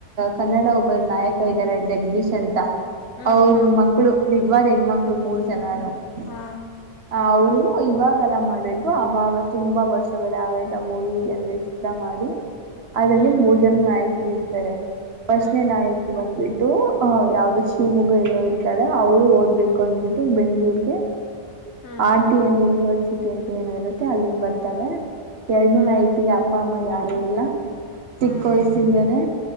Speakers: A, on the right; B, on the left.
A: ಕನ್ನಡ ಒಬ್ಬ ನಾಯಕ ಇದರೆ ಜಗ್ದೀಶ್ ಅಂತ.
B: ಹ್ಮ್
A: ಅವರ್
B: ಹ್ಮ್
A: ಮಕ್ಕಳು ನಿಜವಾದ ಹೆಣ್ಮಕ್ಳು ಮೂರು ಜನಾನು <unintelligible>
B: ಹಾ
A: ಅವರು ಇವಾಗೆಲ್ಲ ಮಾಡದು ಅವಾಗ ತುಂಬಾ ವರ್ಷಗಳ ಆಗೈತ ಮೂವಿ ಅಂದ್ರೆ ಚಿತ್ರ ಮಾಡಿ ಅದರಲ್ಲಿ
B: ಹ್ಮ್
A: ಮೂರು ಜನ ನಾಯಕಿರು ಇರ್ತರೆ ಫಸ್ಟ್ನೇ
B: ಹ್ಮ್
A: ನಾಯಕಿ ಬಂದ್ಬಿಟ್ ಟು ಅಹ್ ಯಾವ್ದೋ ಶಿವಮೊಗ್ಗ ಎಲ್ಲೋ ಇರ್ತಳೆ ಅವಳು ಓದ್ಬೇಕು ಅಂದಬಿಟ್ಟು ಬೆಂಗ್ಳೂರ್ಗೆ
B: ಹ್ಮ್
A: ಆರ್ಟಿ ಎನ್ ಯುನಿವರ್ಸಿಟಿ ಅಂತ ಏನೋ ಇರುತ್ತೆ ಅಲ್ಲಿಗ್ ಬರ್ತಳೆ ಎರಡನೇ
B: ಹ್ಮ್
A: ನಾಯಕಿಗೆ ಅಪ್ಪ ಅಮ್ಮ ಯಾರು ಇರಲ್ಲ ಚಿಕ್ಕ
B: ಹ್ಮ್
A: ವಯ್ಸಿಂದನೆ